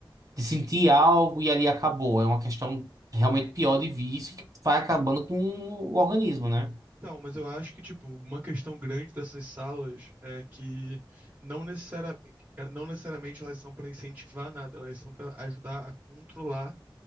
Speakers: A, on the right; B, on the right.
A: de sentir algo e ali acabou. É uma questão realmente pior de vício que vai acabando com o organismo, né?
B: Então, mas eu acho que, tipo, uma questão grande dessas salas é que não necessari- é, não necessariamente elas são para incentivar nada, elas são para ajudar a controlar